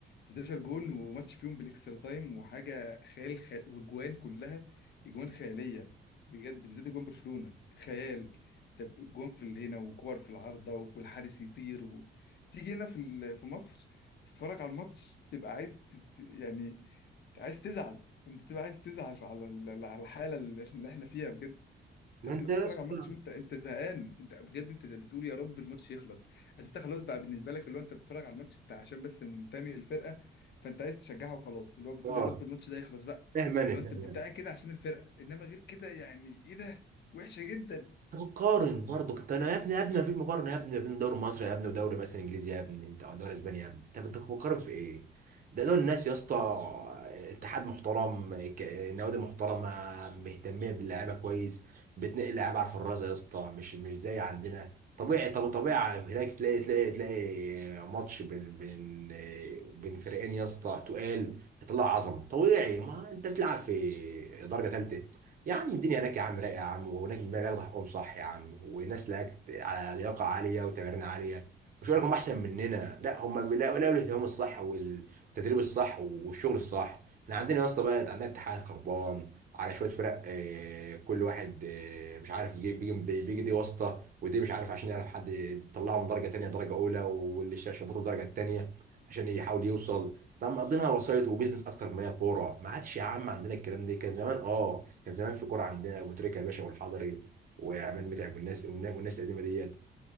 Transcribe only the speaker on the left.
13 جون وماتش فيهم بالاكسترا تايم وحاجه خيال خ... واجوان كلها اجوان خياليه بجد بالذات اجوان برشلونه خيال طب اجوان في اللي هنا وكور في العارضه والحارس يطير و... تيجي هنا في ال... في مصر تتفرج على الماتش تبقى عايز ت... ت- يعني عايز تزعل انت تبقى عايز تزعل على ال- على الحاله اللي احنا فيها بجد
انت
بتبقى
بتتفرج
على الماتش وانت انت زهقان انت بجد انت زي- بتقول يا رب الماتش يخلص بس انت خلاص بقى بالنسبه لك اللي هو انت بتتفرج على الماتش بتاع عشان بس منتمي للفرقه فانت عايز تشجعها وخلاص اللي هو بتقول
يا رب الماتش ده يخلص بقى
اللي
هو انت انت
قاعد كده عشان الفرقه انما غير كده يعني ايه ده وحشه جدا